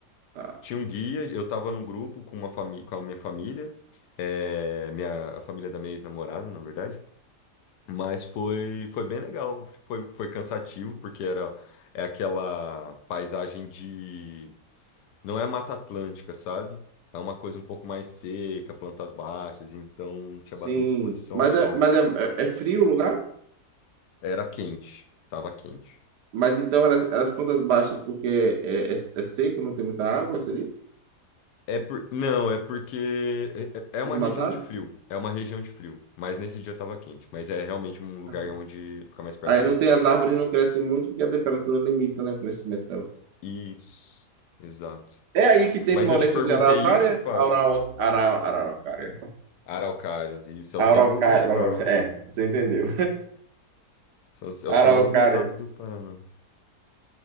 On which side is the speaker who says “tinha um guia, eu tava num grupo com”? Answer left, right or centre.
Left